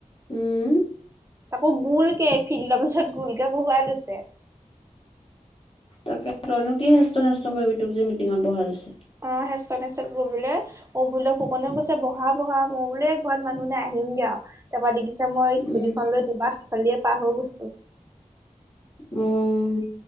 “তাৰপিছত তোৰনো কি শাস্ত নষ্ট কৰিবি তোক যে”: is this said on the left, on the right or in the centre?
Left